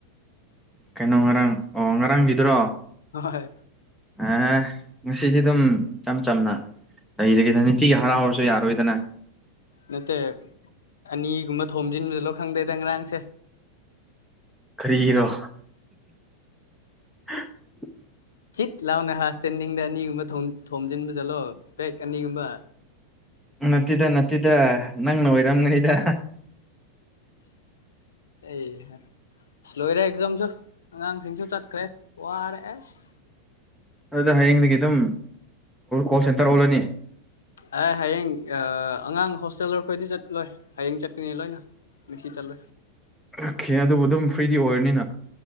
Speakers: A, in the centre; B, on the left (about 65°).
A: ꯀꯩꯅꯣ ꯉꯔꯥꯡ ꯑꯣ ꯉꯔꯥꯡꯒꯤꯗ꯭ꯔꯣ
B: ꯑ ꯍꯣꯏ
A: ꯑꯦ ꯉꯁꯤꯗꯤ ꯑꯗꯨꯝ ꯏꯝ ꯆꯝꯅ ꯂꯩꯔꯒꯦꯗ ꯇꯤꯒꯤ ꯍꯔꯥꯎ ꯑꯣꯏꯔꯁꯨ ꯌꯥꯔꯣꯏꯗꯅ
B: ꯅꯠꯇꯦ ꯑꯅꯤꯒꯨꯝꯕ ꯊꯣꯝꯖꯤꯟꯕꯁꯨ ꯂ ꯈꯪꯗꯦꯗ ꯉꯔꯥꯡꯁꯦ
A: ꯈꯔꯤꯔꯣ <inaudible>
B: ꯆꯤꯠ ꯂꯥꯎꯅꯦ ꯍꯥ ꯁꯇꯦꯟꯗꯤꯡꯗ ꯑꯅꯤꯒꯨꯝꯕ ꯊꯣꯝꯖꯤꯟꯕ ꯆꯠꯂꯣ ꯕ꯭ꯔꯦꯛ ꯑꯅꯤꯒꯨꯝꯕ
A: ꯅꯠꯇꯦꯗ ꯅꯠꯇꯦꯗ ꯅꯪꯅ ꯑꯣꯏꯔꯝꯅꯤꯅꯤꯗ
B: ꯑꯦ ꯁ꯭ꯂꯣꯋꯔ ꯑꯦꯖꯝꯁꯨ ꯑꯉꯥꯡꯁꯤꯡꯁꯨ ꯆꯠꯈ꯭ꯔꯦ ꯋꯥ ꯑꯥꯔ ꯑꯦꯁ
A: ꯑꯗꯨꯗ ꯍꯌꯦꯡꯗꯒꯤ ꯑꯗꯨꯝ ꯀꯣꯜ ꯁꯦꯟꯇꯔ ꯑꯣꯜꯂꯅꯤ
B: ꯑꯦ ꯍꯌꯦꯡ ꯑꯉꯥꯡ ꯍꯣꯁꯇꯦꯜꯈꯣꯏꯗꯤ ꯆꯠꯂꯣꯏ ꯍꯌꯦꯡ ꯆꯠꯀꯅꯤ ꯂꯣꯏꯅ ꯅꯤꯡꯁꯤꯤ ꯆꯜꯂꯦ
A: ꯑꯣ ꯈꯦ ꯑꯗꯨꯕꯨ ꯑꯗꯨꯝ ꯐ꯭ꯔꯤꯗꯤ ꯑꯣꯏꯔꯅꯤꯅ